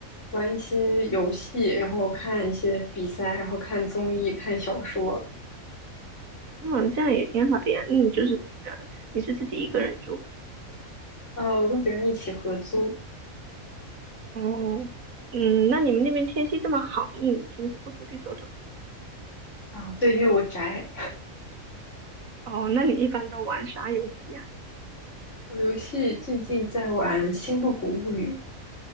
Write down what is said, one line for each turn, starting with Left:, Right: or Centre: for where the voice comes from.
Left: 玩一些游戏，然后看一些比赛，然后看综艺、看小说。
Right: 嗯，这样也挺好的呀。那你就是呃，你是自己一个人住？
Left: 呃，我跟别人一起合租
Right: 哦，嗯，那你们那边天气这么好，你平时不出去走走？
Left: 啊，对，因为我宅。
Right: 哦，那你一般都玩啥游戏呀？
Left: <laughs> 我游戏最近在玩《星露谷物语》，